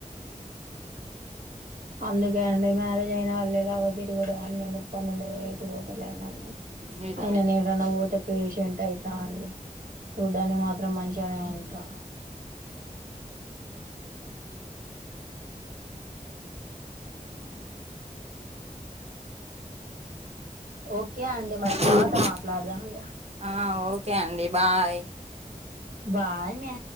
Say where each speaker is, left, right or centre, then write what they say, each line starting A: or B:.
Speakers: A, on the right; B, on the right.
A: అందుకే అండి మ్యారేజ్ అయిన వళ్లేగావ తిరుగుడు అన్ని పన్నెండై ఎటు పోతలేనండి
B: నిజమే
A: అయిన నే ఏడైనా పోతే పేషెంట్ అయితా అండి చూడ్డానికి మాత్రం మంచిగనే ఉంటా ఓకే అండి మరి
B: హ
A: తర్వాత మాట్లాడదాం ఇగ
B: ఆ ఓకే అండి. బాయ్
A: బాయ్ మ్యా